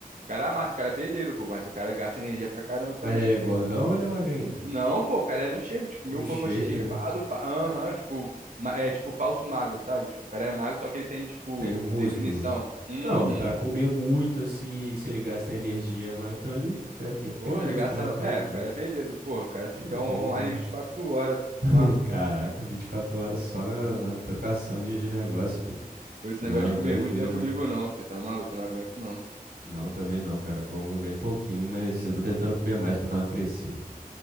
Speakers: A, on the right; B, on the right.
A: cara amassa, o cara é pedreiro, pô, mas o cara gasta energia pra caramba também,
B: Mas ele
A: não
B: é
A: tem.
B: gordão ou ele é magrinho?
A: Não, pô, o cara é no shape, tipo,
B: No
A: meu
B: shape,
A: corpo assim, shapeado,
B: né?
A: pá, aham, tipo, ma- é tipo falso magro, sabe? Tipo, o cara é magro, só que ele tem, tipo,
B: Tem o músculo.
A: definição. Uhum.
B: Não, pra comer muito assim, e se ele gasta energia, mas então ele né, tem que
A: Porra,
B: ter o músculo,
A: ele gasta.
B: né? Tem
A: É,
B: jeito.
A: o cara é pedreiro, porra, o cara fica
B: Tem jeito,
A: on- online
B: né?
A: 24 horas, filho,
B: <laughs>
A: tá maluco.
B: Caraca, 24 horas só na, na trocação de, de negócio, fi.
A: Pô, Esse
B: Não,
A: negócio de comer
B: doideira.
A: muito não é comigo, não, filho, tá maluco, eu não aguento, não.
B: Não, também não, cara. Eu como bem pouquinho, mas eu tô tentando comer mais pra dar uma crescida.